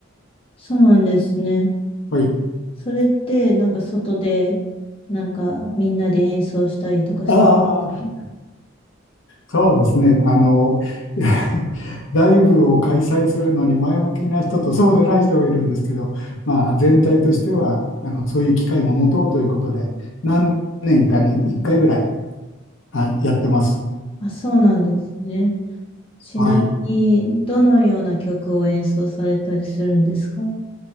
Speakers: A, on the left (about 25°); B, on the left (about 70°).
A: そうなんですね。
B: はい。
A: それってなんか外でなんかみんなで演奏したりとかするんですか
B: ああ。そうですね。あの、<laughs> いやライブを開催するのに前向きな人とそうでない人がいるんですけど、まあ、全体としてはあのそういう機会も持とうということで、何年かに1回ぐらい、はい、やってます。
A: あ、そうなんですね。ちなみにどのような曲を演奏されたりするんですか
B: はい。